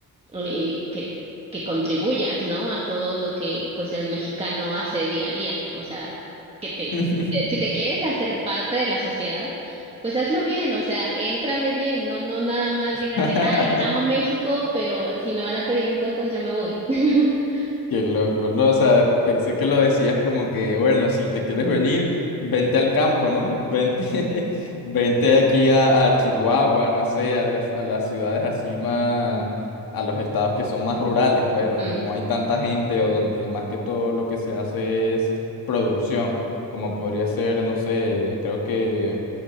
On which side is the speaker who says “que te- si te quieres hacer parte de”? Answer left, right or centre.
Right